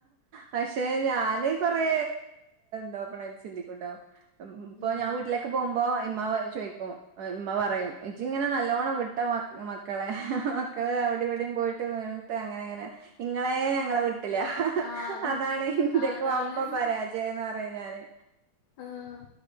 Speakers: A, on the right; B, on the left.
A: പക്ഷെ ഞാന് കൊറെ നോർമലായി ചിന്തികുട്ടോ ഇപ്പൊ
B: ഉം
A: ഞാൻ വീട്ടിലേക്ക് പോകുമ്പോ ഇമമാ മ ചോദിക്കും മ്മ പറയും
B: ഉം
A: ജ്ജ് ഇങ്ങനെ നല്ലോണം വിട്ട മ മക്കളെ മക്കള് അവിടെ ഇവിടെയും പോയിട്ട് ട്ട് അങ്ങനെ അങ്ങനെ ഇങ്ങളെ ഞങ്ങളെ വിട്ടില്ല
B: ആഹ് അതാണ്
A: അതാണെ ഇനന്റെക്ക്
B: അതാണ്
A: വമ്പൻ പരാജയംന്ന് പറയും ഞാന്
B: ആഹ്